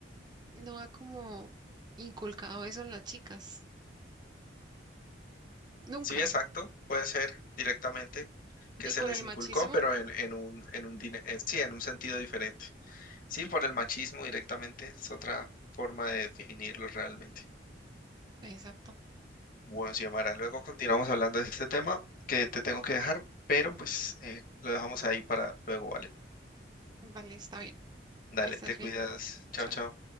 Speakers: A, on the right (about 20°); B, on the left (about 45°).
A: no ha como inculcado eso en las chicas, nunca.
B: Sí, exacto, puede ser directamente que
A: Y
B: se
A: por
B: les
A: el
B: inculcó,
A: machismo,
B: pero en, en un, en un, dine- eh, sí, en un sentido diferente. Sí, por el machismo directamente, es otra forma de definirlo realmente.
A: exacto.
B: Bueno, Xiomara, luego continuamos hablando de este tema que te tengo que dejar, pero pues eh, lo dejamos ahí para luego, ¿vale?
A: Vale, está bien,
B: Dale,
A: que estás
B: te cuidas,
A: bien.
B: chao,
A: Chao.
B: chao.